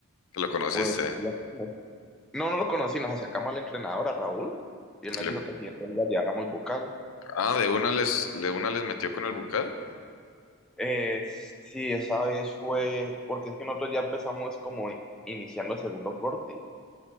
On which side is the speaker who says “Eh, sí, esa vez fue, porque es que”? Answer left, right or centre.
Centre